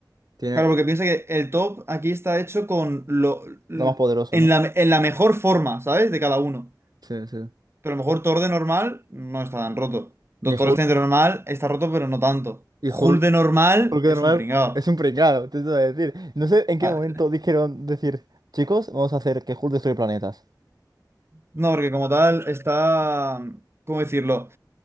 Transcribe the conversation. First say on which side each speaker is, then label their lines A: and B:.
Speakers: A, on the right (about 60°); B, on the right (about 35°).
A: tiene
B: Claro, porque piensa que el top aquí está hecho con lo l-
A: lo más poderoso,
B: en
A: ¿no?
B: la, en la mejor forma, ¿sabes? De cada uno.
A: Sí, sí.
B: Pero a lo mejor Thor de normal no está tan roto. Doctor
A: Ni Hulk,
B: Strange de normal está roto, pero no tanto.
A: y
B: Hulk
A: Hulk,
B: de normal
A: Porque
B: es
A: de normal
B: un pringao.
A: es un pringado, te voy a decir. No sé en qué
B: Ah,
A: momento dijeron decir, chicos, vamos a hacer que Hulk destruye planetas.
B: No, porque como tal está. ¿Cómo decirlo?